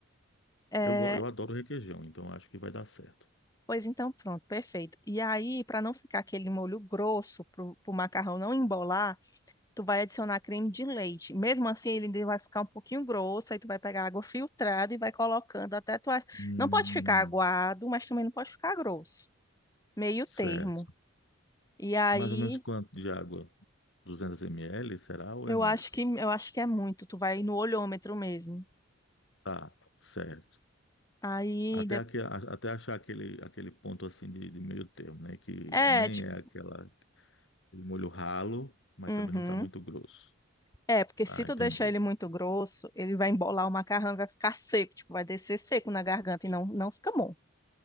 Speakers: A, on the left; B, on the left.
A: É,
B: Eu, go- eu adoro requeijão, então acho que vai dar certo.
A: pois então, pronto, perfeito. E aí, para não ficar aquele molho grosso, pro, pro macarrão não embolar, tu vai adicionar creme de leite. Mesmo assim, ele ainda vai ficar um pouquinho grosso, aí tu vai pegar água filtrada e vai colocando até tu... ach-
B: Hum,
A: Não pode ficar aguado, mas também não pode ficar grosso. Meio
B: certo.
A: termo. E aí,
B: Mais ou menos quanto de água? Duzentos ml, será ou
A: eu
B: é muito?
A: acho que eu acho que é muito, tu vai no olhômetro mesmo.
B: Tá, certo.
A: Aí,
B: Até,
A: de-
B: aque- a- até achar aquele, aquele ponto assim de, de meio termo, né? Que
A: é,
B: nem
A: tipo,
B: é aquela, aquele molho ralo, mas
A: uhum.
B: também não está muito grosso.
A: É, porque se
B: Ah,
A: tu
B: entendi.
A: deixar ele muito grosso, ele vai embolar o macarrão e vai ficar seco, tipo, vai descer seco na garganta e não, não fica bom.